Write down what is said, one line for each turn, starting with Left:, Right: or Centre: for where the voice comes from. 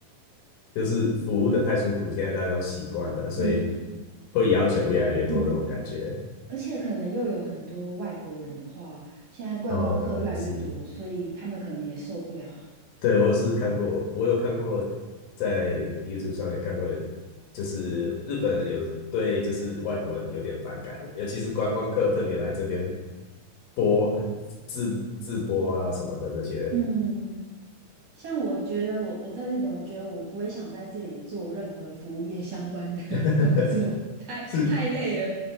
Left: 就是服务的太舒服，现在大家都习惯了，所以
Right: 嗯
Left: 会要求越来越多这种感觉。
Right: 嗯，而且可能又有很多外国人的话，现在观光客越来越多，
Left: 哦，也是，
Right: 所以他们可能也受不了。
Left: 对，我是看过，我有看过，在 YouTube 上也看过，就是日本人有对就是外国人有点反感，尤其是观光客特别来这边播自自播啊什么的这些。
Right: 嗯。像我觉得我我在日本，我觉得我不会想在这里做任何服务业相关的
Left: <laughs>
Right: <laughs> 工作，<laughs> 太太累了。
Left: 是